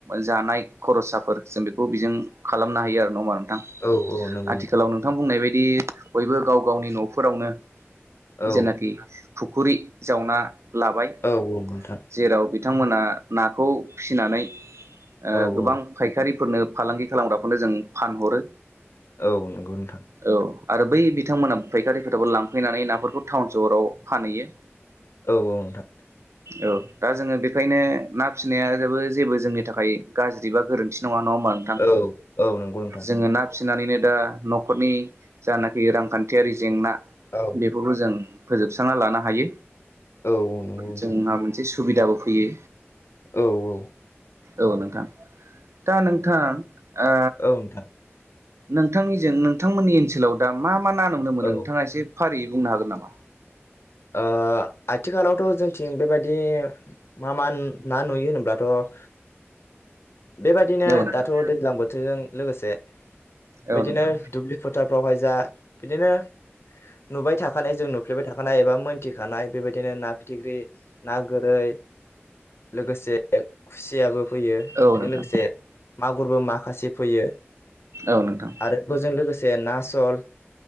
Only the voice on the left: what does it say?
औ औ नंगौ
औ
औ नोंथां
औ
औ
औ नंगौ नोंथां
औ औ नोंथां
औ औ नंगौ नोंथां
औ
औ औ नंगौ नोंथां
औ औ
औ नोथां
ओ
ओ आथिखालावथ' जोंथिं बेबायदि मा-मा ना नुयो होनोब्लाथ' बेबादिनो
दाथ' दैज्लां बोथोरजों लोगोसे
बिदिनो
दुब्लि फोथारफ्रावहाय जा बिदिनो नुबाय थाखानाय जों नुफ्लेबाय थाखानाय एबा मोनथिखानाय बेबायदिनो ना फिथिख्रि ना गोरै लोगोसे खुसियाबो फैयो
बेजों
लोगोसे मागुरबो माखासे फैयो
आरो बोजों लोगोस से ना सल